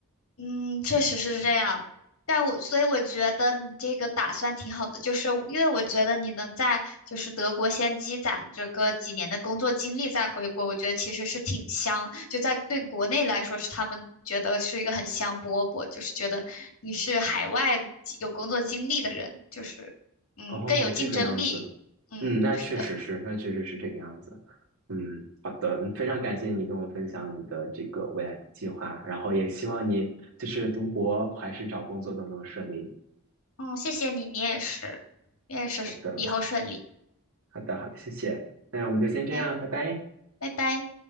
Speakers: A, on the left; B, on the right.
A: 嗯，确实是这样，但我所以我觉得你这个打算挺好的，就是因为我觉得你能在就是德国先积攒这个几年的工作经历再回国，我觉得其实是挺香，就在对国内来说是他们觉得是一个很香饽饽，就是觉得你是海外有工作经历的人，就是嗯更有竞争力，
B: 哦，这个样子，
A: 嗯是的，
B: 嗯，那确实是，那确实是这个样子。嗯，好的，非常感谢你跟我分享你的这个未来的计划，然后也希望你就是读博还是找工作都能顺利。
A: 嗯谢谢你，你也是，你也是以后顺利，
B: 好的，好的，好的，谢谢。那我们就先这样，
A: 哎，
B: 拜拜。
A: 拜拜。